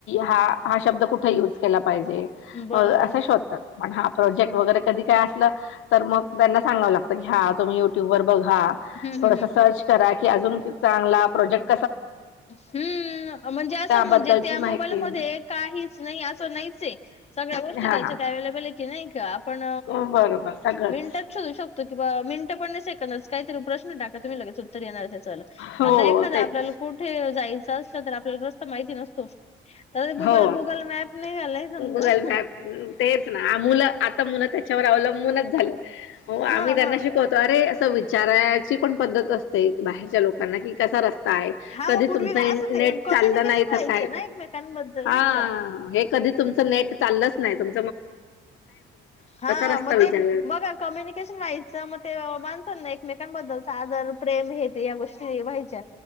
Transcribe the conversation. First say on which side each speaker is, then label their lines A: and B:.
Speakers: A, on the left; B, on the left.
A: हा हा शब्द कुठे यूज केला पाहिजे
B: हम्म. बरोबर.
A: असा शोधतात पण हा प्रोजेक्ट वगैरे कधी काय असलं तर मग त्यांना सगावं लागतं की हा तुम्ही युट्यूब वर ा
B: हम्म हम्म हम्म.
A: सर् करा क अज च प्रजेक्
B: हम्म म्हणजे असं
A: त्याबद्दलची
B: म्हणजे त्या
A: माहिती
B: मोबाईल मध्ये काहीच नाही असं नाहीच आहे सगळ्या गोष्टी
A: हा
B: त्याच्यात अव्हेलेबल आहे की नाही का. पण
A: बरोबर सगळंच
B: मिनटात शोधू शकतो किं मिनट पण नाही सेकंद काहीतरी प्रश्न टाका तुम्ही लगेच उत्तर येणार चालं
A: हो
B: आता एखादां
A: तेच
B: आपल्याला कुठे जायचं असलं तर आपल्याला रस्ता माहिती नसतो. तर गुगल
A: हो
B: गुगल मॅप निघालाय समजा
A: गुगल मॅप तेच ना मुलं आता मुलं त्याच्यावर अवलंबूनच झाले
B: हा
A: आम्ही त्यांना
B: हा.
A: शिकवतो अरे असं विचारायची पण पद्धत अस एक बाहेरच्या लोकांना कि कसा रस्ता आहे
B: हा
A: कधी
B: मग पूर्वी
A: तुमच नेट
B: असं ते कम्युनिकेशन
A: चाललं नाही
B: व्हायचं
A: तर काय
B: ना एकमेकांबद्दल
A: हा
B: नाही का
A: हे कधी तुमचं नेट चाललंच नाही तम
B: हा
A: रस्ता
B: मग
A: विचार
B: ते बघ कम्युनिकेशन व्हायच मग ते मा एकमेकांबद्दलचा आदर प्रेम हे या गोष्टी व्हायच्या.